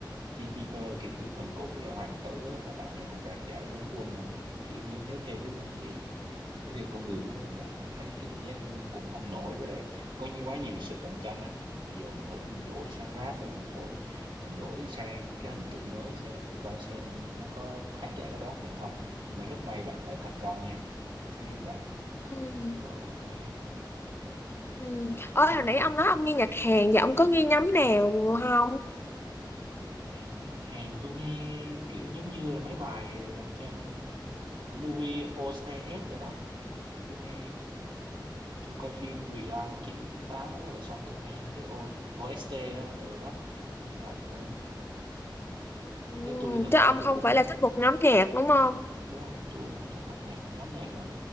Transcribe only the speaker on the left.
ừ
ừ Ôi,
hồi nãy ông nói ông nghe nhạc Hàn và ông có nghe nhóm nào không
Ừ,
chứ
ông
không
phải là thích một nhóm nhạc đúng không?